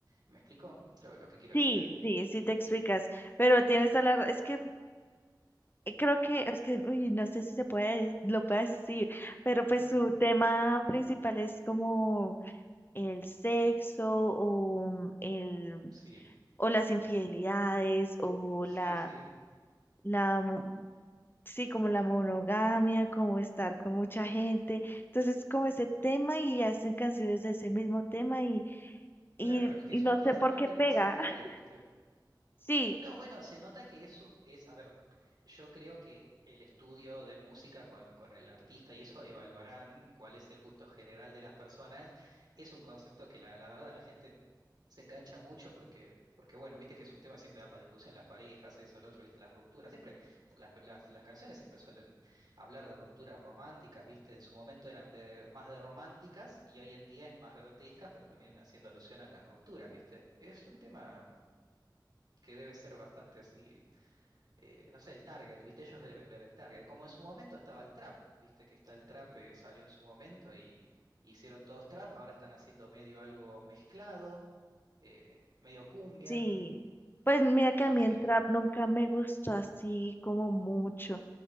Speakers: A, on the right (about 65°); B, on the left (about 25°).
A: ¿Me explico lo, lo que quiero
B: Sí,
A: decir?
B: sí, sí te
A: Em,
B: explicas, pero tienes a la, es que eh, Creo que es que, uy, no sé si se puede, lo puedo decir, pero pues
A: <laughs>
B: su tema principal es como el sexo o mm, el
A: sí,
B: o las infidelidades o
A: sí,
B: la
A: sí.
B: la mo- sí, como la monogamia, como estar con mucha gente. Entonces, como ese tema y hacen canciones de ese mismo tema y y,
A: Claro, y que
B: y
A: son
B: no
A: todas
B: sé por
A: aparte
B: qué pega.
A: muy similares,
B: <laughs>
A: ¿viste?
B: Sí,
A: No, bueno, se nota que eso es, a ver, yo creo que el estudio de música con, con el artista y eso evaluarán cuál es el gusto general de las personas. Es un concepto que la, la verdad la gente se engancha mucho porque, porque, bueno, viste que es un tema que siempre da para discusión, las parejas, eso, el otro, viste, las rupturas. Siempre las, las, las canciones siempre suelen hablar de rupturas románticas, viste, en su momento eran de, más de románticas y hoy en día es más grotescas, pero también haciendo alusión a las rupturas, viste. Es un tema que debe ser bastante así, eh, no sé, el target, ¿viste? Ellos deben ver el target. Como en su momento estaba el trap, ¿viste? Que está el trap, eh, salió en su momento y hicieron todos trap, ahora están haciendo medio algo mezclado, eh, medio cumbia,
B: Sí, pues mira que
A: sí,
B: a mí
A: sí.
B: el trap nunca me gustó así como mucho.